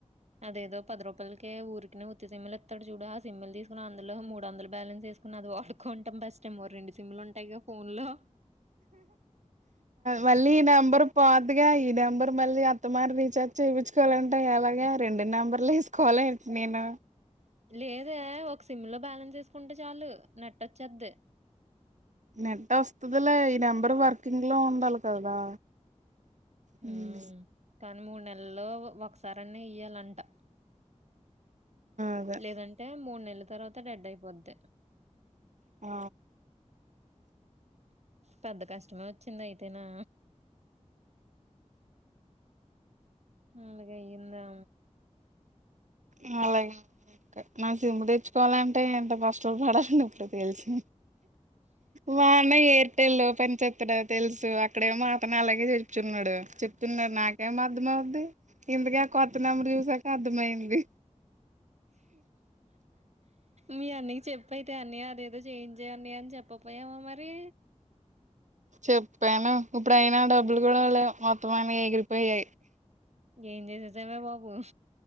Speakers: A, on the right (about 60°); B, on the right (about 75°).
A: అదేదో పది రూపాయలకే ఊరి ఉత్తి సిమ్ల్ ఇస్తాడు చూడా ఆ సిమ్ల్ తీసుకు అందులో మూడుంద బ్యాలెస్ వేకుని అది వాడుకుంటాం బస్ట్ మమో రెండి సిమ్లు ఉంటాయి క ఫోన్ లో
B: మళ్ళీ ఈ నంబర్ పోదుగా ఈ నెంబర్ మళ్ళీ అత్తమారి చూపించుకోవాలంటే ఎలాగే రెండు నెంబర్లు వేసుకోవాల ఏంటి నేను
A: లేద ఒక సిమ్ లో బ్యాలెన్స్ వేసుకుంటే చాలు నెట్ వొచ్చేతది
B: నెట్ వస్తుదిలే ఈ నెంబరు వర్కింగ్ లో ఉండాలి కదా ఉమ్,
A: ఉ కానీ మూడు నెలల్లో ఒకసార అన్న ఇయ్యాలంట
B: అదే
A: లేదంటే మూడు నెలల తర్వాత డెడ్ అయిపోది
B: ఆ
A: పెద్ద కష్టమే వచ్చింది అయితేనా ఉందుకయందా
B: హాయ్ నా సిమ్పు తెచ్చుకోవాలంటే ఎంత కష్టలు పడాలండి ఇప్పుడు తెలిసి వ మ ఏ ట్టెళ్ళ పని చెత్తడా తెలుసు అక్కడే మాత్రను అలాగే చెప్ున్నాడు చెడు చెతున్నారు నాకేం అర్థం అవద్ది ఇందుకే కొత్త నెంబరు చూసాక అర్థంమయంది
A: మీ అన్నకి చెప్పైతే అన్నయ అదేదో చేయించేయడి అని చెప్పపోయామా మరి
B: చెప్పాను ఇప్పుడు అయినా డబ్బులు కూడా మొత్తం స మన ఏగిరిపోయయి
A: ఏం చేసేసావే బాబు